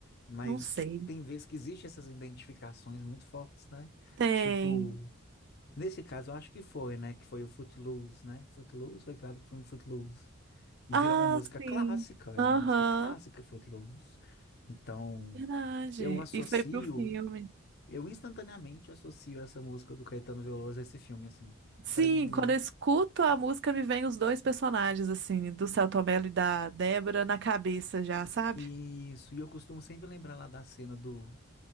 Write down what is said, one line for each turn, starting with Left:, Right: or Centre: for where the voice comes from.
Left: Mas
Right: Não sei.
Left: tem vezes que existem essas identificações muito fortes, né?
Right: Tem.
Left: Tipo. Nesse caso, eu acho que foi, né? Que foi o Footloose, né? Footloose foi criado por filme Footloose. E
Right: Ah,
Left: virou uma música
Right: sim.
Left: clássica, é
Right: Aham.
Left: uma música clássica, Footloose. Então,
Right: Verdade.
Left: eu associo,
Right: E foi pro filme.
Left: eu instantaneamente associo essa música do Caetano Veloso a esse filme, assim.
Right: Sim,
Left: Pra mim,
Right: quando eu escuto a música, me vem os dois personagens, assim, do Selton Mello e da Débora na cabeça já, sabe?
Left: isso. E eu costumo sempre lembrar lá da cena do,